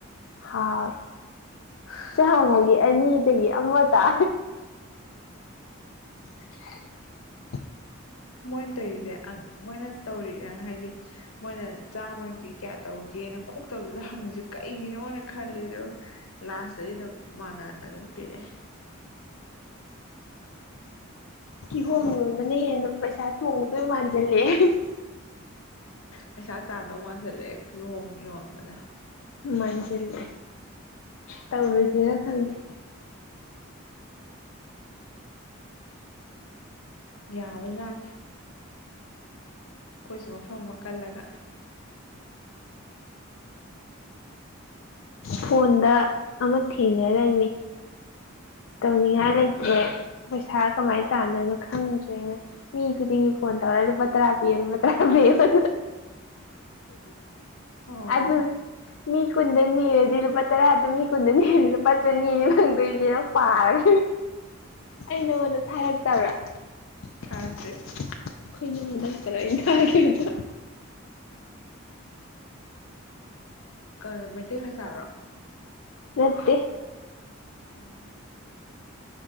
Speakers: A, on the left; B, on the left.
A: ꯍꯥꯎꯏ
B: <unintelligible>
A: ꯆꯥꯃꯒꯤ ꯑꯅꯤꯗꯒꯤ ꯑꯃ ꯇꯥ <unintelligible>
B: ꯃꯣꯏꯟ ꯇꯩꯖꯦ ꯑꯪ ꯃꯣꯏꯅ ꯇꯧꯔꯤ ꯍꯥꯏꯗꯤ ꯃꯣꯏꯅ ꯆꯥꯝꯃꯒꯤ ꯀꯌꯥ ꯇꯧꯒꯦꯅ ꯈꯣꯛꯇꯥꯕꯗꯨꯗ ꯍꯪꯉꯤꯁꯦ ꯀꯩꯒꯤꯅꯣꯅ ꯈꯜꯂꯦ ꯑꯗꯨ ꯂꯥꯁꯇꯗꯤ ꯑꯗꯨꯝ ꯃꯥꯟꯅꯅ ꯑꯗꯨꯝ ꯄꯤꯔꯛꯑꯦ
A: ꯀꯤꯍꯣꯝ ꯌꯣꯟꯕꯅ ꯍꯦꯟꯅ ꯄꯩꯁꯥ ꯇꯣꯡꯗꯣꯏ ꯃꯥꯟꯁꯤꯜꯂꯛꯑꯦ
B: ꯄꯩꯁꯥ ꯇꯥꯟꯗꯧ ꯃꯥꯟꯁꯤꯜꯂꯛꯑꯦ ꯀꯤꯍꯣꯝ ꯌꯣꯟꯕꯅ
A: ꯃꯥꯟꯁꯤꯜꯂꯦ ꯇꯧꯔꯖꯤꯔ ꯈꯪꯗꯦ
B: ꯌꯥꯕ ꯖꯥꯠꯅꯤ ꯑꯩꯈꯣꯏꯁꯨ ꯃꯐꯝ ꯑꯃ ꯀꯜꯂꯒ
A: ꯐꯣꯟꯗ ꯑꯃ ꯊꯦꯡꯅꯔꯝꯃꯤ ꯇꯧꯅꯤꯡꯉꯥꯏ ꯂꯩꯇ꯭ꯔꯦ ꯄꯩꯁꯥ ꯀꯃꯥꯏ ꯇꯥꯟꯗꯣꯏꯅꯣ ꯈꯪꯗ꯭ꯔꯦꯅ ꯃꯤ ꯈꯨꯗꯤꯡꯒꯤ ꯐꯣꯟ ꯇꯧꯔ ꯂꯨꯄꯥ ꯇꯔꯥ ꯄꯤꯌꯣ ꯂꯨꯄꯥ ꯇꯔꯥ ꯄꯤꯌꯣꯅ
B: ꯑꯣ
A: ꯑꯗꯨ ꯃꯤ ꯀꯨꯟꯗ ꯅꯤꯔꯗꯤ ꯂꯨꯄꯥ ꯇꯔꯥꯗꯣ ꯃꯤ ꯀꯨꯟꯗ ꯅꯤꯔꯗꯤ ꯂꯨꯄꯥ ꯆꯅꯤꯅꯤ ꯐꯪꯗꯣꯏꯖꯦꯅ ꯄꯥꯔꯒ ꯑꯩ ꯅꯉꯣꯟꯗ ꯊꯥꯔꯛꯇꯕ꯭ꯔꯥ ꯑꯩꯈꯣꯏ
B: ꯊꯥꯗ꯭ꯔꯤ
A: ꯏꯅꯝꯃꯗ ꯈꯛꯇꯥꯔ ꯑꯩꯅ ꯊꯥꯈꯤꯕꯗꯣ
B: ꯀꯔ ꯃꯩꯇꯩ ꯃꯆꯥꯔꯣ
A: ꯅꯠꯇꯦ
B: ꯑꯣ